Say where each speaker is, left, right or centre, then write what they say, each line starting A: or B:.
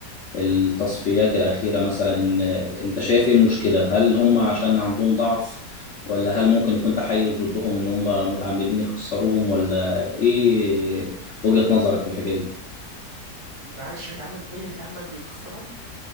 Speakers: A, on the left (about 55°); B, on the right (about 60°).
A: التصفيات الأخيرة مثلا إن أنت شايف إيه المشكلة؟ هل هم عشان عندهم ضعف ولا هل ممكن يكون تحيز ضدهم إن هم متعمدين يخسروهم ولا إيه وجهة نظرك في الحكاية دي؟
B: معلش بيتعمد مين اللي بيتعمد يخسرهم